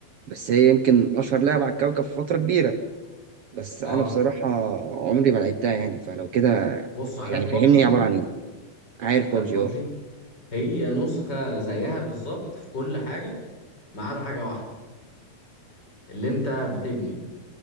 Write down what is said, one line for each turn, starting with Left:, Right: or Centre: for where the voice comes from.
Right: بس هي يمكن اشهر لعبه على الكوكب في فتره كبيره بس
Left: اه
Right: انا بصراحه عمري ما لعبتها يعني فلو كده
Left: بص عارف
Right: يعني
Left: بابجي
Right: فهمني هي عباره عن ايه عارف
Left: عارف
Right: بابجي
Left: بابجي
Right: اه
Left: هي نسخة زيها بالظبط في كل حاجة ما عدا حاجة واحدة اللي انت بتبني